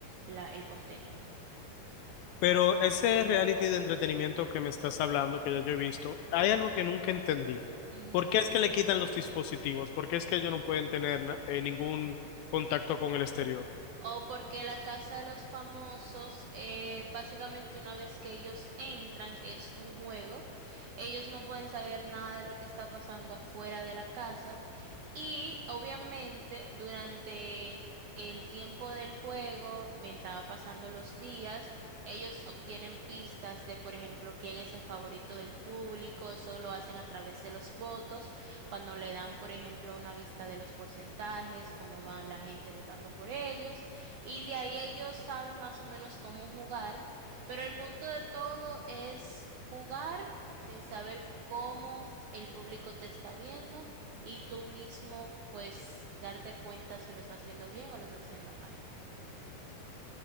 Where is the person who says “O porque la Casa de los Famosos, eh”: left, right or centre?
Right